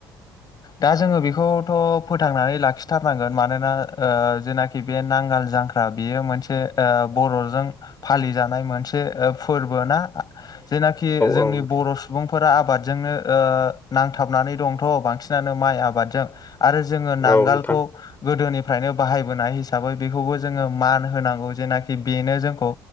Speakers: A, on the left; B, on the left.
A: दा जोङो बेखौथ' फोथांनानै लाखिथारनांगोन मानोना ओ जेनाखि बे नांगाल जांख्रा बेयो मोनसे ओ बर'जों फालिजानाय मोनसे ओ फोरबो ना जेनाखि जोंनि
B: औ नोंथां
A: बर' सुबुंफोरा आबाद जोंनो ओ नांथाबनानै दंथ' बांसिनानो माइ आबादजों आरो जोङो नांगालखौ
B: औ नोंथां
A: गोदोनि फ्रायनो बाहायबोनाय हिसाबै बेखौबो जोङो मान होनांगौ जेनाखि बेनो जोंखौ